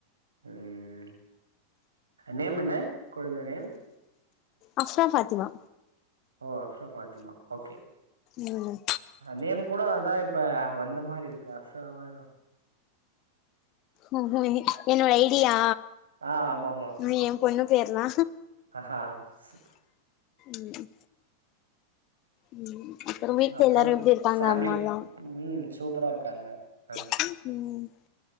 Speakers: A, on the right; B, on the left.
A: ம் நேம் என்ன குழந்த நேம்
B: அஷ்ரா பாத்திமா
A: ஓ அஷ்ரா பாத்திமா ஓகே
B: ம்
A: நேம் கூட அதா இப்ப வந்த மாரி இருக்கு அஷ்ராவா ஏதோ
B: ம் ம் இனி என்னோட ஐடியா
A: ஆ ஆமா ஆமா
B: இது என் பொண்ணு பேர்ணா
A: ஆஹா சு-
B: ம் ம் அப்பறோ வீட்ல
A: அப்புறம்
B: எல்லாரு எப்டி இருக்காங்க
A: ஃபேமிலி
B: அம்மால்லா
A: ம் சூப்பரா இருக்காங்க நல்
B: ம் ம்